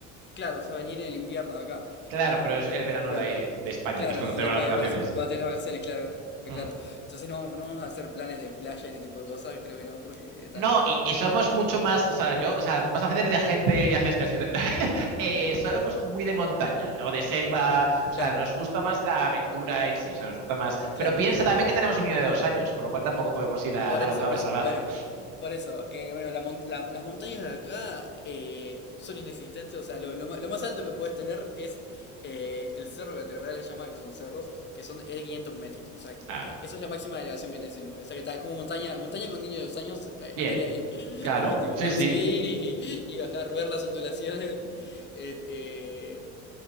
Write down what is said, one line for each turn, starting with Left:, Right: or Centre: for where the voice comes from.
Left: Claro, o sea, venir en el invierno de acá.
Right: Claro, pero es el verano
Left: Claro.
Right: de, de España,
Left: Claro,
Right: que es cuando
Left: sí, sí,
Right: tenemos
Left: de España,
Right: las vacaciones.
Left: por eso, cuando tenés las vacaciones, claro,
Right: Hmm.
Left: claro. Entonces no, vamos- no vamos a hacer planes de playa y ese tipo de cosas, creo que no, porque está.
Right: No, y, y somos mucho más, o sea, yo, o sea, vas a hacer de agente de viajes casi. <laughs> Eh, somos muy de montaña o de selva, o
Left: Claro,
Right: sea, nos gusta más la aventura en sí, o sea, nos gusta más.
Left: claro,
Right: Pero piensa
Left: claro,
Right: también
Left: claro.
Right: que tenemos un niño de dos años, por lo cual tampoco podemos ir a,
Left: Por
Right: a
Left: eso,
Right: lo cabra
Left: por eso.
Right: salvaje.
Left: Bueno, por eso. eh, bueno, la mon- la- las montañas de acá eh, son inexistentes. O sea, lo, lo ma- lo más alto que puedes tener es eh, el Cerro Catedral, le llama que son cerros, que son es de 500 metros. O sea,
Right: Ah,
Left: que eso es la máxima elevación que tenés en Uruguay. O sea, que tal, es como montaña. Montaña con niños de dos años eh,
Right: bien,
Left: andaría bien. <laughs>
Right: claro,
Left: Tipo,
Right: sí,
Left: para
Right: sí.
Left: subir y, y bajar, ver las ondulaciones. <laughs> Eh, eh,